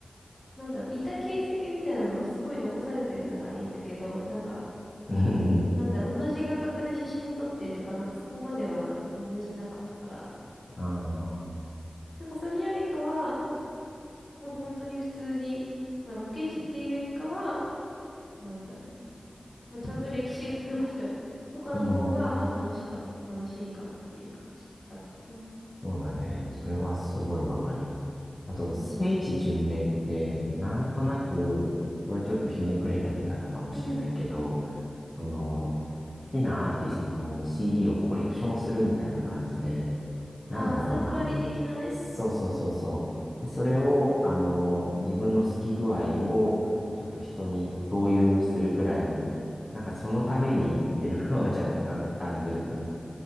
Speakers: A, on the left; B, on the left.
A: なんだろう、いた形跡みたいなのがすごい残されてるならいいんだけど、なんか、
B: うんうん。
A: なんだろう、同じ画角で写真撮ってとか、なんかそこまではなんか興奮しなかったから、
B: ああ。
A: なんかそれよりかは、もう本当に普通に、まあロケ地っていうよりかは、なんだろうね、まあちゃんと歴史がある場所 <laughs> とかの方が、
B: うん。
A: まあ楽しか、楽しいかなっていう感じだったかな。
B: そうだね。それはすごいわかる。あと、
A: うん。
B: 聖地巡礼って、なんとなく、これちょっとひねくれた見方かもしれないけど、
A: <laughs> うん。
B: その、好きなアーティストの CD をコレクションするみたいな感じで、なんだろうな。
A: ああ、スタンプラリー的なね、
B: そうそうそうそう。で、それを、あの、自分の好き具合を、ちょっと人に共有するくらいの、なんかそのために言ってる感は若干感じるかな。